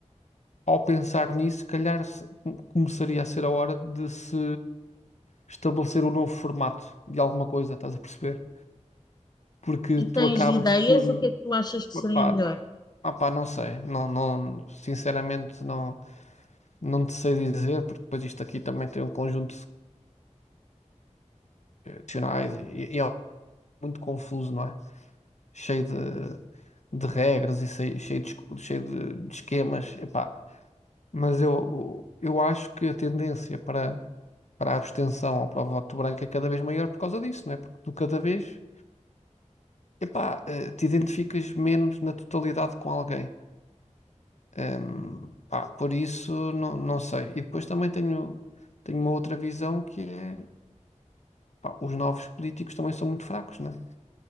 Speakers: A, on the left; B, on the left.
A: ao pensar nisso, se calhar se- começaria a ser a hora de se estabelecer um novo formato de alguma coisa, estás a perceber? Porque
B: E
A: tu
B: tens
A: acabas
B: ideias?
A: por.
B: O que é que tu achas que seria
A: Pá,
B: melhor?
A: ah, pá, não sei, não, não, sinceramente não, não te sei dizer, porque depois isto aqui também tem um conjunto de questionais e, e é muito confuso, não é? cheio de, de regras e sei- cheio de, esco- cheio de, de esquemas, epá. Mas eu, eu acho que a tendência para, para a abstenção ou para o voto branco é cada vez maior por causa disso, não é? Porque tu cada vez, epá, eh, te identificas menos na totalidade com alguém. Hum, pá, por isso, não, não sei. E depois também tenho, tenho uma outra visão que é, pá, os novos políticos também são muito fracos, não é?